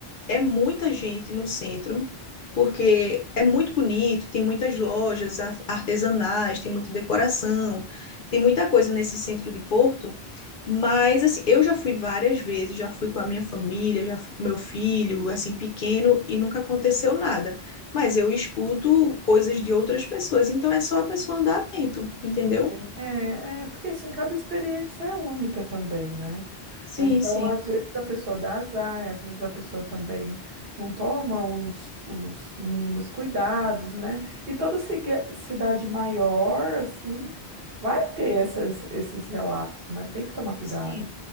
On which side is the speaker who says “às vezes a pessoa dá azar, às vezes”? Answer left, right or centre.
Right